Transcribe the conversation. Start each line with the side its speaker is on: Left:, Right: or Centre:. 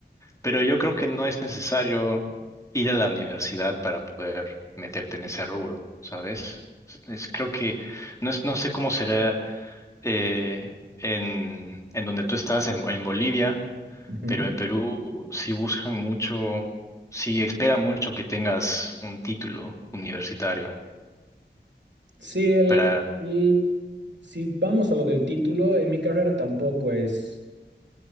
Left: Pero yo creo que no es necesario ir a la universidad para poder meterte en ese rubro, ¿sabes? Es, es- creo que no es, no sé cómo será eh, en, en donde tú estás, en, en Bolivia,
Right: Ujú.
Left: pero en Perú sí buscan mucho, sí esperan mucho que tengas un título universitario.
Right: Sí, el,
Left: Para,
Right: el- si vamos a lo del título, en mi carrera tampoco es.